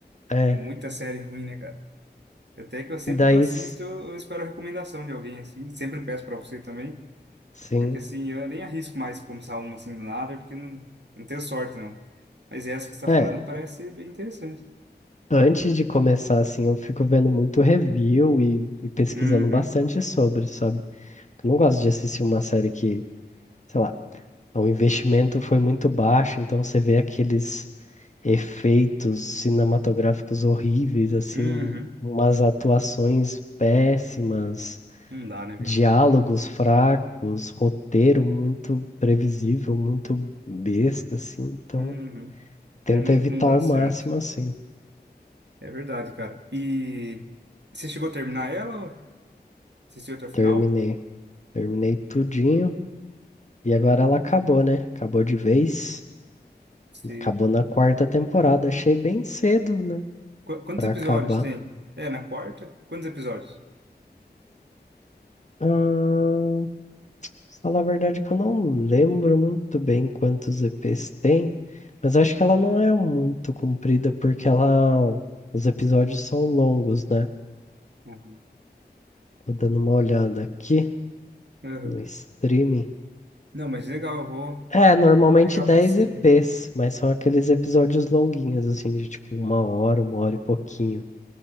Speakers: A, on the left (about 45°); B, on the right (about 80°).
A: É.
B: Tem muita série ruim, né, cara? Até que eu sempre
A: Daí,
B: que eu assisto,
A: s-
B: eu, eu espero a recomendação de alguém assim. Sempre peço pra você também.
A: sim.
B: Porque assim, eu nem arrisco mais começar uma assim do nada, porque não, não tenho sorte, não. Mas essa que você está
A: É,
B: falando parece ser bem interessante.
A: antes de começar, assim, eu fico vendo muito review e, e pesquisando
B: Uhum,
A: bastante sobre, sabe? Eu não gosto de assistir uma série que, sei lá, o investimento foi muito baixo, então você vê aqueles efeitos cinematográficos horríveis, assim,
B: uhum.
A: um- umas atuações péssimas.
B: Não dá, né, velho?
A: diálogos fracos, roteiro muito previsível, muito besta, assim. Então,
B: Uhum.
A: tenta
B: É, não,
A: evitar
B: não dá
A: ao
B: certo.
A: máximo, assim.
B: É verdade, cara. E você chegou a terminar ela? Ou Assistiu até o final?
A: Terminei. Terminei tudinho. E agora ela acabou, né? Acabou de vez.
B: Se...
A: Acabou na quarta temporada. Achei bem cedo, né?
B: Qu- Quantos
A: Pra
B: episódios
A: acabar.
B: tem? É, na quarta? Quantos episódios?
A: Ah, falar a verdade que eu não lembro muito bem quantos EPs tem. Mas acho que ela não é muito comprida porque ela. Os episódios são longos, né?
B: Uhum.
A: Tô dando uma olhada aqui
B: Aham.
A: no streaming.
B: Não, mas legal, eu vou,
A: É, normalmente
B: vou pegar
A: 10
B: pra assistir.
A: EPs, mas são aqueles episódios longuinhos, assim, de tipo uma hora, uma hora e pouquinho.